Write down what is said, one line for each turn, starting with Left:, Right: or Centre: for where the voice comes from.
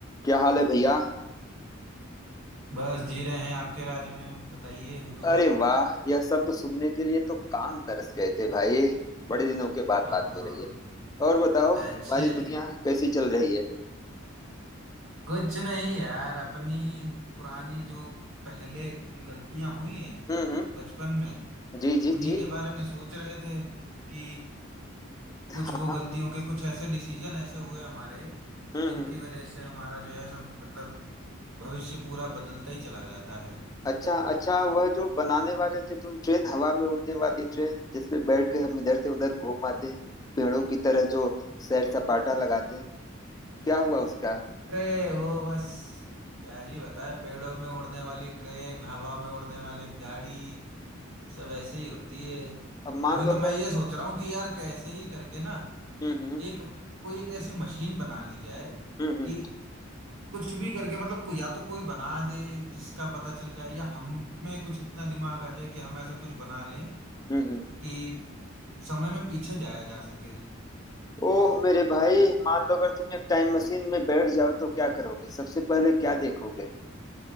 Left: क्या हाल है भैया
Right: बस जी रहे हैं आपके राज में बताइए हुजूर
Left: अरे वाह यह शब्द सुनने के लिए तो कान तरस गए थे भाई बड़े दिनों के बाद बात
Right: ओहो
Left: हो रही है और बताओ
Right: अच्छा
Left: तुम्हारी दुनिया
Right: जी
Left: कैसी चल रही है
Right: कुछ नहीं यार अपनी पुरानी जो पहले जो गलतियां हुई हैं
Left: हम्म हम्म
Right: बचपन में
Left: जी जी
Right: उन्हीं
Left: जी
Right: के बारे में सोच रहे थे कि कुछ
Left: हाँ
Right: वो
Left: हाँ,
Right: गलतियों के कुछ ऐसे डिसीजन ऐसे हुए हमारे
Left: हम्म
Right: जिनकी
Left: हम्म
Right: वजह से हमारा जो है सब मतलब भविष्य पूरा बदलता ही चला जाता है
Left: अच्छा अच्छा वह जो बनाने वाले थे तुम ट्रेन हवा में उड़ने वाली ट्रेन जिसपे बैठ के हम इधर से उधर घूम आते हैं, पेड़ों की तरह जो सैर सपाटा लगाते हैं, क्या हुआ उसका
Right: अरे वो बस क्या ही बताए पेड़ों में उड़ने वाली ट्रेन हवा में उड़ने वाली गाड़ी सब ऐसे ही होती है
Left: अब मान
Right: अभी
Left: लो
Right: तो
Left: अगर
Right: मैं ये सोच रहा हूँ कि यार कैसे ही करके ना
Left: हम्म हम्म
Right: एक कोई एक ऐसी मशीन बना ली जाए
Left: हम्म हम्म
Right: कि कुछ भी करके मतलब को- या तो कोई बना दे जिसका पता चल जाए या हम में कुछ इतना दिमाग आ जाए कि हम ऐसा कुछ बना लें
Left: हम्म हम्म।
Right: कि समय में पीछे जाया जा सके
Left: ओह मेरे भाई मान लो अगर तुम एक टाइम मशीन में बैठ जाओ तो क्या करोगे सबसे पहले क्या देखोगे